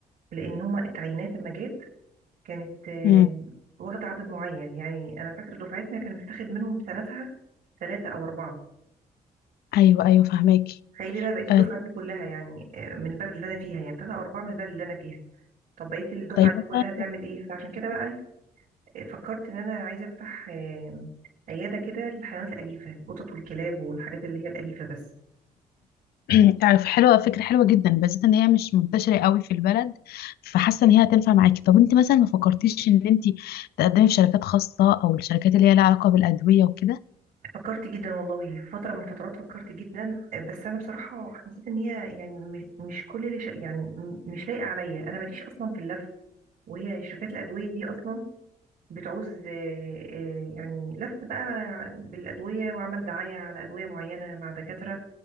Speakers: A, on the right; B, on the left.
A: لأن هما التعيينات لما جت كانت آه،
B: امم
A: واخدة عدد معين يعني أنا فاكرة دفعتنا كان متاخد منهم سنتها ثلاثة أو أربعة
B: ايوه ايوه فهماكي
A: تخيلي بقى بقيت الدفعة
B: أه
A: دي كلها يعني آه، من البلد اللي أنا فيها يعني ثلاثة أو أربعة من البلد اللي أنا فيها طب بقيت الدفعة
B: طيب
A: دي
B: مثلا
A: كلها تعمل إيه فعشان كده بقى آه، فكرت إن أنا عايزة أفتح آه، عيادة كده للحيوانات الأليفة القطط والكلاب والحاجات اللي هي الأليفة بس
B: <clears throat> عارف حلوه فكره حلوه جدا بس ان هي مش منتشره قوي في البلد فحاسه ان هي هتنفع معاكي طب انت مثلا ما فكرتيش ان انت تقدمي في شركات خاصه او الشركات اللي هي لها علاقه بالادويه وكده
A: فكرت جدا والله فترة من الفترات فكرت جدا بس أنا بصراحة حسيت إن هي يعني م- مش كل اللي ش... يعني م- مش لايقة عليا أنا ماليش أصلا في اللف وهي شركات الأدوية دي أصلا بتعوز آه، آه، يعني لف بقى بالأدوية وعمل دعاية على أدوية معينة مع دكاترة